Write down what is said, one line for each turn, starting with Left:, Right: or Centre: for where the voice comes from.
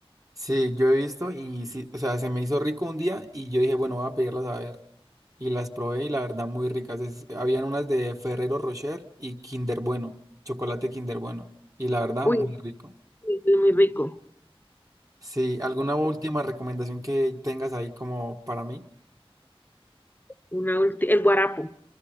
Right: sí, yo he visto y sí, o sea, se me hizo rico un día y yo dije, bueno, voy a pedirlas a ver. Y las probé y la verdad muy ricas. Es- habían unas de Ferrero Rocher y Kinder Bueno, chocolate Kinder Bueno. Y la verdad
Left: Uy,
Right: muy rico.
Left: sí, es muy rico.
Right: Sí, ¿alguna última recomendación que tengas ahí como para mí?
Left: Una ulti- el guarapo.